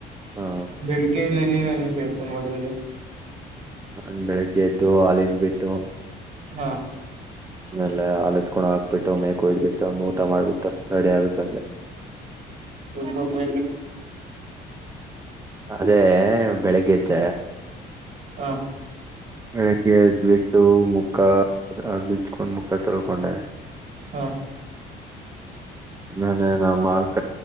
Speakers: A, on the right (about 15°); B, on the right (about 40°).
A: ಹಾ
B: ಬೆಳಿಗ್ಗೆ ಇ ನೀವೆಲ್ಲ ಕೆೇಲ್ಸ ಮಾಡಿದ್ರಿ
A: ಹಂದ ಬೆಳಿಗ್ಗೆ ಎದ್ದು ಅಲ್ಲಿಂದ ಬಿಟ್ಟು
B: ಹಾ
A: ಆಮೇಲೆ ಅಲೆತ್ಕೊಂಡು ಹಾಕ್ಬಿಟ್ಟು ಮೇಕಕಯ್ದ್ಬಿಟ್ಟು ಒಂದು ಊಟ ಮಾಡ್ಬಿಟ್ಟು ಅಷ್ಟ ರೆಡಿ ಆಗ್ಿಬಿಟ್ಟು ಬಂದೆ
B: ತುಂಬ ಮ
A: ಅದೇ ಬೆಳಿಗ್ಗೆ್ದ
B: ಹಾ
A: ಬೆಳಗ್ಗೆ ಎದ್ ಬಿಟ್ಟು ಮುಖ ಅಲ್ಲಿ ಇಚ್ಕೊಂಡ್ ಮುಖ ತೊಳ್ಕೊಂಡೆ
B: ಹಾ
A: ಮಲೆ ನ ಮಲ್ ಕ